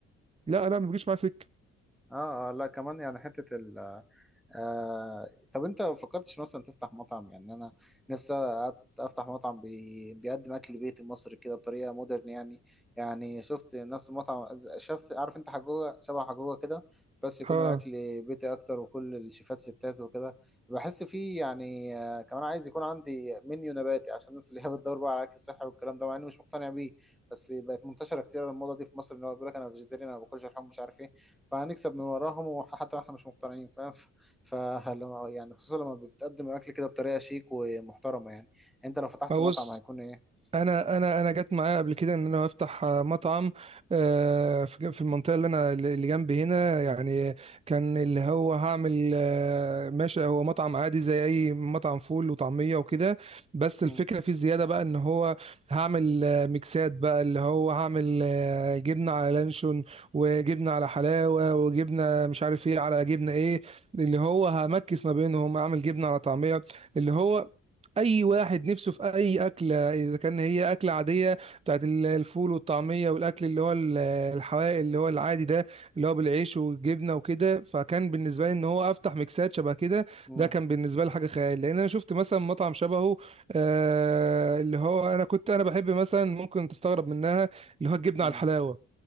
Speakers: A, on the right; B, in the centre.
A: لا لا ما بيجيش معايا سكه
B: اه آه، لا كمان يعني حته ال آه، طب انت ما فكرتش مثلا تفتح مطعم يعني انا نفسي أت- افتح مطعم بي... بيقدم اكل بيتي مصري كده بطريقه مودرن يعني يعني شفت نفس المطعم ز- شفت عارف انت حجوجه شبه حجوجه كده بس يكون
A: اه
B: الاكل بيتي اكتر وكل الشيفات ستات وكده بحس فيه يعني آه، كمان عايز يكون عندي منيو نباتي عشان الناس اللي هي بتدور بقى على الاكل الصحي والكلام ده مع اني مش مقتنع بيه بس بقت منتشره كتير الموضه دي في مصر ان هو بيقول لك انا فيجيتيريان انا ما باكلش لحوم مش عارف ايه فهنكسب من وراهم وحتى احنا مش مقتنعين فاهم فلما يعني خصوصا لما بتقدم الاكل كده بطريقه شيك ومحترمه يعني انت لو فتحت
A: ابص
B: مطعم هيكون ايه
A: انا انا انا جت معايا قبل كده ان انا افتح آه، مطعم آه، في في المنطقه اللي انا اللي جنبي هنا يعني كان اللي هو هعمل آه، ماشي هو مطعم عادي زي اي مطعم فول وطعميه وكده بس
B: مم.
A: الفكره فيه زياده بقى ان هو هعمل آه، ميكسات بقى اللي هو هعمل آه، جبنه على لانشون وجبنه على حلاوه وجبنه مش عارف ايه على جبنه ايه اللي هو همكس ما بينهم اعمل جبنه على طعميه اللي هو اي واحد نفسه في اي اكله اذا كان هي اكله عاديه بتاعت ال- الفول والطعميه والاكل اللي هو ال- الحوائق اللي هو العادي ده اللي هو بالعيش والجبنه وكده فكان بالنسبه لي ان هو افتح ميكسات شبه كده
B: مم.
A: ده كان بالنسبه لي حاجه خيال لان انا شفت مثلا مطعم شبهه آه اللي هو انا كنت انا بحب مثلا ممكن تستغرب منها اللي هو الجبنه
B: مم.
A: على الحلاوه